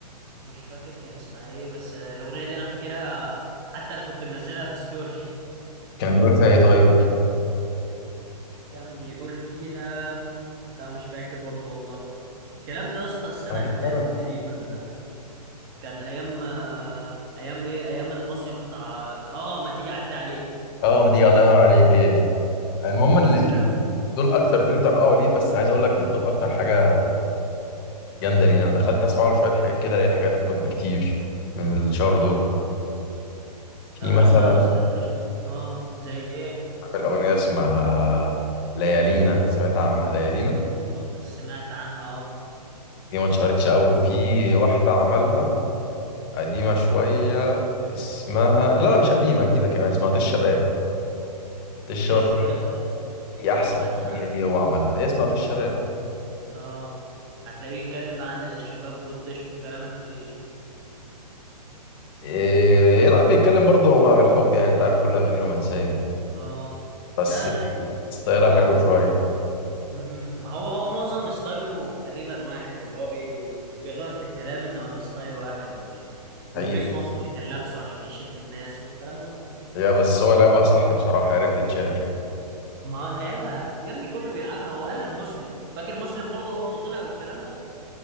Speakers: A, on the right; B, on the left.
A: مش فاكر كان اسمها ايه بس آه، الاغنيه دي انا فاكرها حتى انا كنت منزلها في ستوري
B: كان بيقول فيها ايه طيب
A: <laughs> كان بيقول فيها لا مش فاكر برضه والله الكلام ده يا اسطى السنه
B: أنا فاكرها.
A: اللي فاتت تقريبا كان ايام آه، ايام ايه ايام المصيف بتاع اه ما تيجي اعدي عليكي
B: اه ما تيجي الله ينور عليك هي دي المهم اللي
A: لا
B: دول اكتر اتنين طرقعوا ليه بس عايز اقول لك مش دول اكتر حاجه جامده لينا انا دخلت اسمع له شويه حاجات كده لقيت حاجات اجمد بكتير من اللي اتشهروا
A: يا
B: دول
A: نهار ابيض
B: في
A: لا
B: مثلا
A: انا ما ما سمعتلوش اه زي ايه
B: عامل اغنيه اسمها ليالينا سمعت عن ليالينا
A: آه، سمعت عنها اه
B: دي ما اتشهرتش قوي في واحده عملها قديمة شوية اسمها لا لا مش قديمة جديدة كمان اسمها طش شباب طش
A: في
B: شباب
A: الشباب
B: دي
A: لا دي
B: دي أحسن
A: دي ما سمعتش
B: أغنية
A: عنها
B: دي هو عملها هي اسمها طش شباب
A: اه هتلاقيه بيتكلم بقى عن الشباب والطيش والكلام ال...
B: آه، إيه لا بيتكلم برضه هو عن الحب يعني أنت عارف كل أغانيه رومانسية
A: اه
B: بس
A: لا لا ال...
B: ستايلها
A: اه
B: حلو
A: ال...
B: شوية
A: مم. ما هو هو معظم ستايله تقريبا واحد اللي هو بي... بيغير في الكلام انما الستايل واحد وال... والفيس
B: حقيقة
A: ماسك اللي كان لابسه عشان يشد الناس والكلام ده
B: هي بس هو لعبها صح بصراحة عرف يتشهر
A: ما لعبها يا ابني كله بيلعبها هو قلد مسلم فاكر مسلم برضه اول ما طلع والكلام ده